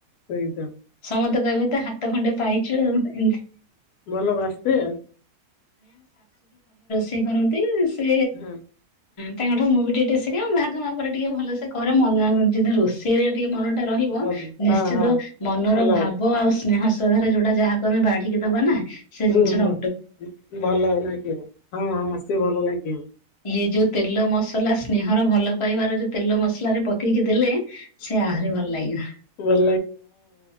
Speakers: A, on the left; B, on the left.
A: ସେଇ ତା
B: ସମସ୍ତେ କହିବେ ତ ହାତ ଖଣ୍ଡେ ପାଇଛୁ ଆଉ। ଏମିତି।
A: ଭଲ ବାସେ?
B: ତେ କରନ୍ତି ସେ
A: ହଁ।
B: ତାଙ୍କଠୁ ମୁଁ ବି ଟିକେ ଶିଖେ ଭାଗ ମାପରେ ଟିକେ ଭଲସେ କରେ ମ ଯଦି ରୋଷେଇରେ ଟିକେ ମନ ଟା ରହିବ
A: ଭଲ
B: ନିଶ୍ଚିତ
A: ହଁ ହଁ
B: ମନର
A: ଭଲ
B: ଭାବ
A: ହବ
B: ଆଉ ସ୍ନେହ ଧ ଯୋଉଟା ଯାହାକୁ ଆମେ ବାଢିକି ଦବା ନା ସେ
A: ହୁଁ
B: ଜିନିଷଟା
A: ହୁଁ ଭଲ ଲାଗିବ ହଁ ହଁ ସେ ଭଲ ଲାଗିବ।
B: ଇଏ ଯୋଉ ତେଲ ମସଲା ସ୍ନେହର ଭଲ ପାଇବାର ଯୋଉ ତେଲ ମସଲ ରେ ପକେଇକି ଦେଲେ ସେ ଆହୁରି ଭଲ ଲାଗିବ। <inaudible>
A: ଭଲ